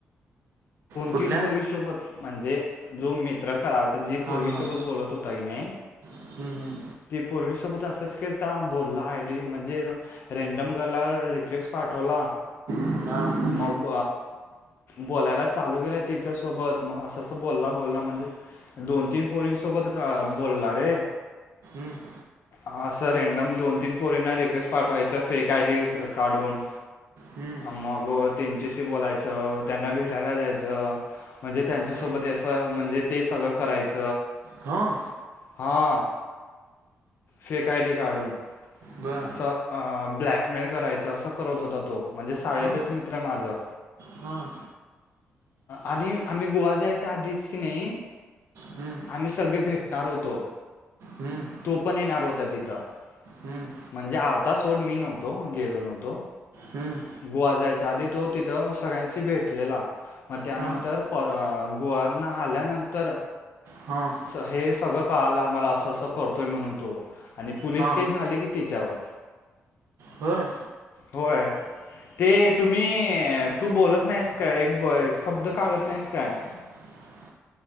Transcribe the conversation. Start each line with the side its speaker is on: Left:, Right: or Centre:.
Right: कुठल्या
Left: तीन पोरगी सोबत म्हणजे जो मित्र करा जी
Right: हां
Left: पोरगी
Right: हां
Left: सोबत बोलत होता की नाही
Right: हम्म,
Left: ती पोरगी सोबत असच केलता बोलला आय डी म्हणजे रेंडम गलवर रिक्वेस्ट पाठवला.
Right: हम्म, हां हम्म,
Left: मग बोलायला चालू केला तिच्यासोबत मग असं अस बोलला -बोलला म्हणजे दोन तीन पोरींन सोबत बोलला रे
Right: हम् <inaudible>
Left: असं रँडम दोन तीन पोरींना रिक्वेस्ट पाठवायचा फेक आयडी काढून.
Right: हम्म,
Left: मग त्यांच्याशी बोलायचं त्यांना भेटायला जायच. म्हणजे त्यांच्यासोबत
Right: हम्म.
Left: असं म्हणजे ते सगळं करायच.
Right: हां
Left: हां फेक आय डी काढून
Right: बर
Left: असं ब्लॅकमेल करायचं असं करत होता तो म्हणजे शाळेचाच
Right: हां
Left: मित्र आहे माझा.
Right: हां.
Left: आणि आम्ही गोवा जायच्या आधीच की नाही
Right: हम्म,
Left: आम्ही सगळे भेटणार होतो
Right: हम्म,
Left: तो पण येणार होता तिथं.
Right: हम्म,
Left: म्हणजे आलता सोड मी नव्हतो गेलो नव्हतो.
Right: हम्म.
Left: गोवा जायच्या आधी तो तिथं सगळ्यांशी भेटलेला मग त्यानंतर
Right: हां
Left: पण गोवावरन आल्यानंतर
Right: हां
Left: हे सगळं कळालं आम्हाला असं असं करतोय म्हणून तो आणि पोलीस
Right: हां
Left: केस झाली की तेच्यावर
Right: होय!
Left: होय ते तुम्ही तू बोलत नाहीस का एक शब्द काढत नाहीस काय
Right: <inaudible>